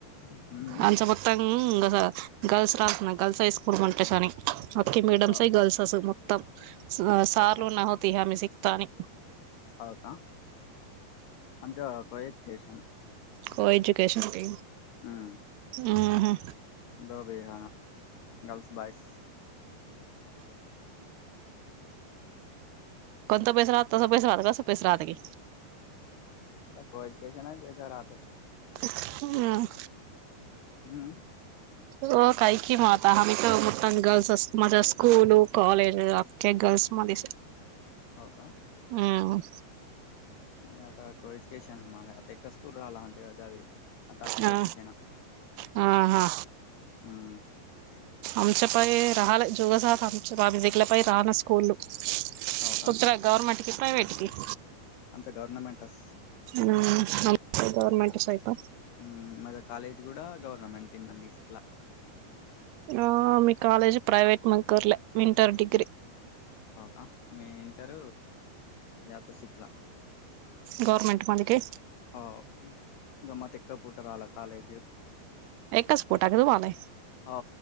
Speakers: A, on the left (about 70°); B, on the right (about 75°).
A: हम्म
B: आचा प म गर्ल्स रासना गर्ल्स है स्कूड म्हणटे स आणि की मॅडमस
A: हो
B: गर्ल्सस मुक्दम सारलो
A: हो का
B: ना होती ह हमही सिखता नाही
A: होा का अज कोज स्टेशन
B: को एजुकेशन
A: हम्म
B: ह
A: दो बरणा गर्ल्स बॉयस
B: कोणता पैसा राहत तस पैसा राहता कस पैसा राहात की
A: कोच कसे ना बेच राहते
B: हम
A: हम्म
B: हो काही की माता आम्ही तर मुठ गर्ल्स असतो माझ्या स्कूल कॉलेज क गर्ल्स म दिस
A: हो का
B: हम्
A: म आता को एजुकेशन आमला आता एका स्कूल रला म्हच अवी आता अक्की
B: ह
A: तेचे सना
B: ह हा
A: हम्
B: अमचप राहले जोग शख आमविदिकल प राहणार स्कूल् कुद्र
A: हो का
B: गवर्नमेंट की प्रयवेट की
A: आमचं गव्हर्नमेंटच
B: हम गवर्मेंट साहप
A: ह माझ्या कलेजी कड गवर्नमेंट इ मंद शिकला
B: ह मी कलेजी प्रैवट मकूर्ले मिटर डिग्री
A: हो का मी इटर याता शटला
B: गवरनमेंट माध्ये का
A: हो ग म तेका पोट रा कॉलेज
B: एका स्पोर्टा कवाॉल आहे
A: हो